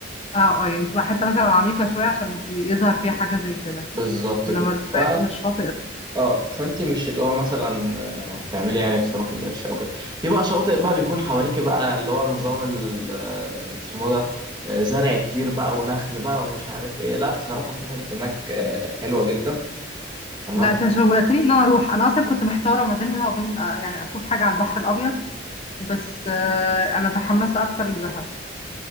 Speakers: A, on the left; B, on the right.
A: اه اه يعني تبقى حتة مثلا عميقة شوية عشان يظهر فيها حاجة زي كده
B: بالظبط
A: انما
B: كده
A: القريب
B: ف...
A: من الشاطئ
B: اه فانت مش اللي هو مثلا آه، هتعملي يعني في سمك القرش او كده في بقى شواطئ بقى بيكون حواليك بقى اللي هو نظام ال- آه، اسمه ده آه، زرع كتير بقى ونخل بقى ومش عارف ايه لا بصراحة في حتت هناك آه، حلوة جدا تمام
A: لا انت شوقتني ان انا اروح انا اصلا كنت محتارة ما بينها وبين آه، يعني اشوف حاجة على البحر الابيض بس آه، انا تحمست اكتر لدهب